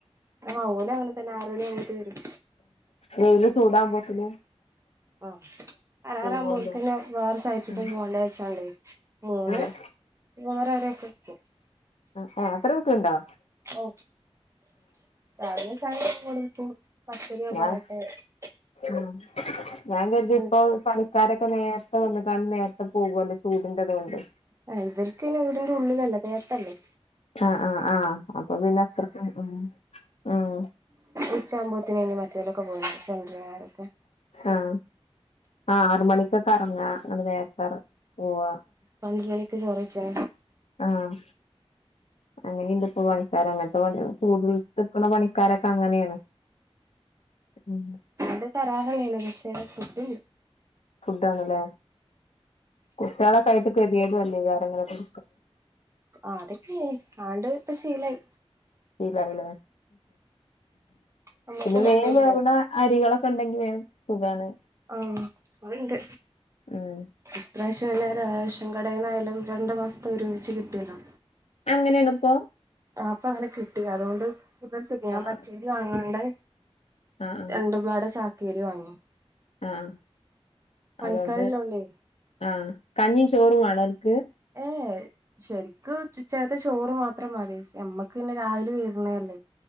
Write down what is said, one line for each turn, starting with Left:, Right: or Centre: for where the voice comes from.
Right: ആ ഓല് അങ്ങനെത്തന്നെ ആറണി ആവുമ്പേതിന് വരും.
Left: വെയില് ചൂടാകുമ്പോൾത്തിന്.
Right: ആഹ. അലാറാവുമ്പോൽക്കെന്നെ.
Left: പോവല്ലോ
Right: വേറെ സൈറ്റക്കും
Left: ഉം
Right: പോകണ്ട വച്ചാണ്ട്. മൂന്ന്
Left: ആഹ്
Right: മൂന്നര വരൊക്കെരിക്കും.
Left: ആ ആ്. അത്ര വിക്ക്ണ്ടോ?
Right: ഓ. രാവിവെ ചായ കൊടുത്തു. പത്തിരിയോ
Left: ഞാൻ
Right: പൊറാട്ടെ, -
Left: ഉം. ഞാൻ കരുതി
Right: ഉം
Left: ഇപ്പൊ പണി. - ക്കാരൊക്കെ നേരത്തെ വന്ന്കാണ്ട് നേരത്തെ പോകല്ലോ ചൂടിന്റെതോണ്ട്.
Right: ആ ഇവർക്കയിന് വീടിന്റെ ഉള്ളിലല്ലേ തേപ്പല്ലേ?
Left: ആ ആ ആഹ്. അപ്പൊ പിന്നെ അത്രക്കും ഉം ഉം
Right: ഉച്ചാവുമ്പോത്തിനായിനി മറ്റോലൊക്കെ പോയിനി. സെന്ററിംഗാരൊക്കെ.
Left: ആഹ. ആ ആറ് മണിക്കൊക്കെ ഇറങ്ങാ. ന്നട്ട് നേരത്തെ പോവാ.
Right: പന്ത്രണ്ട്ണിക്ക് ചോറയ്ച്ചാ.
Left: ആഹ. അങ്ങനേണ്ട് ഇപ്പൊ പണിക്കാര്. അങ്ങനത്തെ ചൂടത്ത്ക്കണ പണി. - ക്കാരൊക്കെ അങ്ങനെയാണ്. ഉം
Right: അതെ താരാഹ നത്ക്ഷേ കുട്ടന്ണ്ട് <unintelligible>
Left: ഫുഡാണ്ല്ലേ? കുട്ട്യാളക്കായിട്ട് കെതിയേടും അല്ലയ്കാരങ്ങളൊക്കെ?
Right: ആ അതൊക്കെയി. ആണ്ട് ഇപ്പ ശീലയി.
Left: ശീലായില്ലേ.
Right: നമ്മക്കും
Left: പിന്നെ മേ
Right: വേണ്ടല്ലേ
Left: എവ്ടെ? അരികളൊക്കെ ഉണ്ടെങ്കി വേം സുഖാണ്.
Right: ആഹ. വ്ടെണ്ട്.
Left: ഉം
Right: ഇപ്രാവശ്യം എല്ലാരും റേഷൻ കടേന്നായാലും രണ്ടു മാസത്തെ ഒരുമിച്ച് കിട്ടിയല്ലോ?
Left: അങ്ങനെണ് ഇപ്പോ?
Right: ആ അപ്പ അങ്ങനെ കിട്ടി. അതുകൊണ്ട് സുഖ, ഞാൻ
Left: ആഹ്
Right: പച്ചരി വാങ്ങാണ്ട്.
Left: ആഹ്
Right: രണ്ടും പാടെ ചാക്കേരി വാങ്ങും
Left: ആഹ.
Right: പണിക്കാരില്ലോണ്ടേ
Left: അതോണ്ട്, ആഹ കഞ്ഞീം ചോറും വാണോര്ക്ക്.
Right: ഏയ് ശരിക്ക് ഉച്ചകത്തെ ചോറ് മാത്രം മതി. നമ്മക്ക് പിന്നെ രാവിലെ വരണല്ലേ?